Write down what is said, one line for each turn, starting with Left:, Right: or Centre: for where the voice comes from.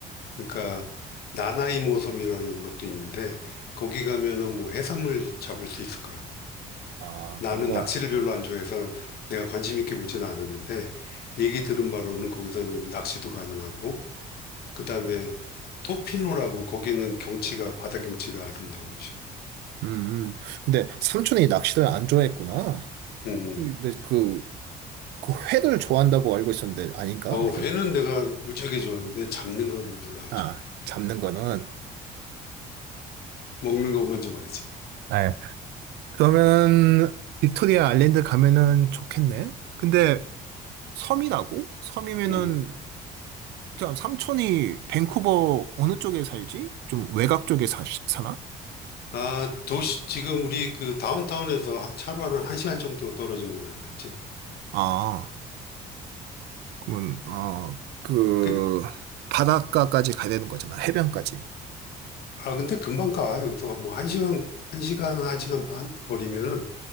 Left: 그러니까 나나이모 섬이라는 것도 있는데 거기 가면은 뭐 해산물 잡을 수 있을 거야.
Right: 아,
Left: 나는
Right: 그런 거.
Left: 낚시를 별로 안 좋아해서 내가 관심 있게 보지는 않았는데 얘기 들은 바로는 거기서는 낚시도 가능하고 그다음에 토피노라고 거기는 경치가 바다 경치가 아름다운 곳이고.
Right: 음, 음. 근데 삼촌이 낚시를 안 좋아했구나.
Left: 음.
Right: 근데
Left: 음.
Right: 그, 그 회를 좋아한다고 알고 있었는데 아닌가?
Left: 어,
Right: 내가,
Left: 회는 내가 무지하게 좋아하는데 잡는 거는 별로 안
Right: 아,
Left: 좋아해.
Right: 잡는 거는.
Left: 먹는 것만 좋아하지.
Right: 네. 그러면은 빅토리아 아일랜드 가면은 좋겠네. 근데 섬이라고? 섬이면은
Left: 음.
Right: 자, 삼촌이 밴쿠버 어느 쪽에 살지? 좀 외곽 쪽에 사, 사나?
Left: 아, 도시 지금 우리 그 다운타운에서 하- 차로 한 1시간 정도 떨어진 곳에 살지.
Right: 아, 그러면, 아, 그,
Left: 그,
Right: 바닷가까지 가야 되는 거잖아. 해변까지.
Left: 아, 근데 금방 가. 여기서 뭐 한 시간, 한 시간, 한 시간 반 거리면은